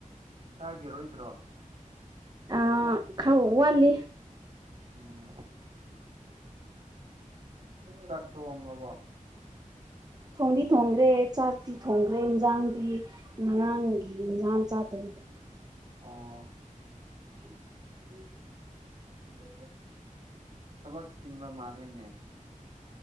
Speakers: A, on the right; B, on the right.
A: ꯆꯥꯈꯤꯔꯣꯏꯗ꯭ꯔꯣ
B: ꯑ ꯈꯥꯔ ꯋꯥꯂꯤ
A: ꯎꯝ ꯆꯥꯛ ꯊꯣꯡꯉꯕꯣ
B: ꯊꯣꯡꯗꯤ ꯊꯣꯡꯈ꯭ꯔꯦ ꯆꯥꯛꯇꯤ ꯊꯣꯡꯈ꯭ꯔꯦ ꯏꯟꯖꯥꯡꯗꯤ ꯉꯔꯥꯡꯒꯤ ꯏꯟꯖꯥꯡ ꯆꯥꯗꯕꯤꯗ
A: ꯑꯣ
B: <inaudible>
A: <inaudible> ꯊꯕꯛ ꯆꯤꯟꯕ ꯃꯥꯜꯂꯤꯅꯦ